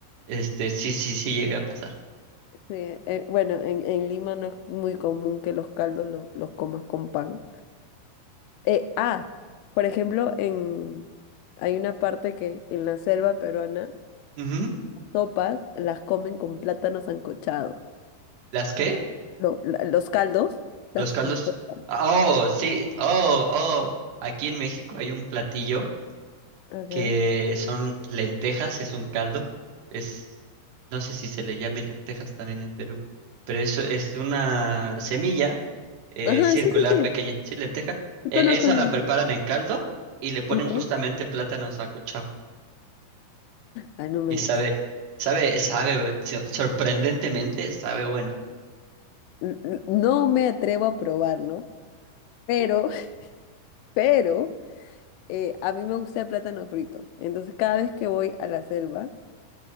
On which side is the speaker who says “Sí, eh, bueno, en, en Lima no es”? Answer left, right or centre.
Left